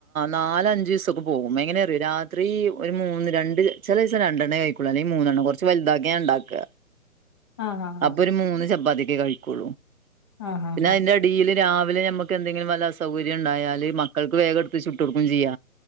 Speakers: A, on the right (about 80°); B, on the left (about 20°).
A: നാല് അഞ്ചു ദിവസൊക്കെ പോകും എങ്ങനെ അറിയും രാത്രി ഒരു മൂന്ന് രണ്ട് ചെല ദിവസം രണ്ട് ണ്ണ കഴിക്കേഒള്ളു അല്ലെ മൂന്നെണ്ണം കൊറച്ച് വലുതാക്കിഞാൻ ഇണ്ടാക്ക
B: ആ ഹാ ഹാ
A: അപ്പൊ ഒരു മൂന്ന് ചപ്പാത്തിയൊക്കെ കഴിക്ക
B: ആ ഹാ
A: പിന്നെ
B: ഹാ
A: അതിന്റെ എടീല് രാവിലെ നമ്മുക്ക് എന്തെങ്കിലും വല്ല അസു സൗകര്യം ഉണ്ടായാല് മക്കൾക്ക് വേഗം എടുത്ത് ചുട്ട് കൊടുക്കും ചെയ്യ